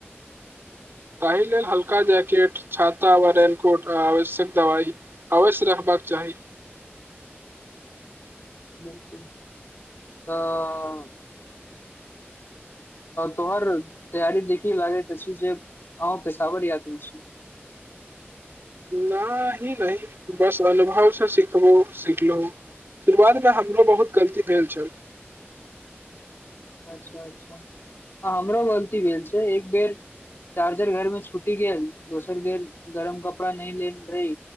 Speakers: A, on the right; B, on the left.
A: ताहि लेल हल्का जैकेट छाता व रेनकोट आवश्यक दवाई अवश्य रखबाक चाही।
B: बिल्कुल तऽ ह। तोहर तैयार देखी लागैत अछि जे अहु पेशावर आदमी छी।
A: न ही नै बस अनुभव स सिखबो सिखलौ। शुरुआतमे हमरो बहुत गलती भेल छल।
B: अच्छा -अच्छा। हँ हमरो गलती भेल छैय एक बेर चार्जर घरमे छूटी गेल, दोसर बेर गरम कपड़ा नै लेल रही।